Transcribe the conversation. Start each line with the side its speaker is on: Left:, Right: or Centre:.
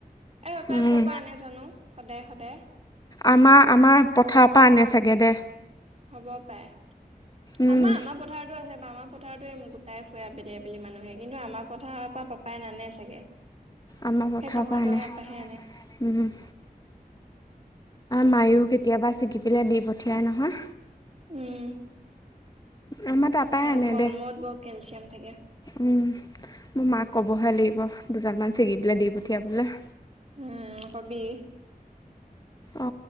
Right: এ পাপাই
Left: উম,
Right: ক'ৰ পৰা আনে জানো সদায় সদায়।
Left: আমাৰ আমাৰ পথাৰ পৰা আনে চাগে দে।
Right: হ'ব পাৰে।
Left: উম,
Right: আমাৰ আমাৰ পথাৰতো আছে। বা আমাৰ পথাৰতো উম গোটাই ফুএ আবেলি আবেলি মানুহে কিন্তু আমাৰ পথাৰৰ পৰা পাপাই নানে চাগে।
Left: আমাৰ পঠাৰৰ
Right: সেই তহঁতৰ
Left: পৰা আনে,
Right: সেই পৰাহে
Left: উম। মায়ো কেতিয়াবা ছিগি পেলাই দি পঠিয়াই নহয়।
Right: উম
Left: আমাৰ তাৰপৰাই
Right: ভাল
Left: আনে
Right: কলমৌত
Left: দে
Right: বহুত কেলচিয়াম থাকে।
Left: উম, মোৰ মাক ক'বহে লাগিব দুডালমান ছিগি পেলাই দি পঠিয়াবলে।
Right: অহ কবি।
Left: অ